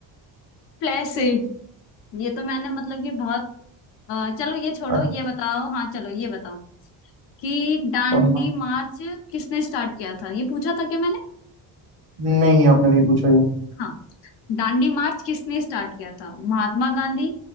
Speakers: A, on the left (about 80°); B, on the right (about 60°).
A: प्लेसे ये तो मैंने मतलब कि बहुत अ, चलो ये छोड़ो
B: अच्छा,
A: ये बताओ हाँ चलो ये बताओ कि दांडी
B: कौन सा
A: मार्च किसने स्टार्ट किया था ये पूछा था क्या मैंने
B: नहीं नहीं आपने नहीं पूछा ये
A: हाँ दांडी मार्च किसने स्टार्ट किया था महात्मा गांधी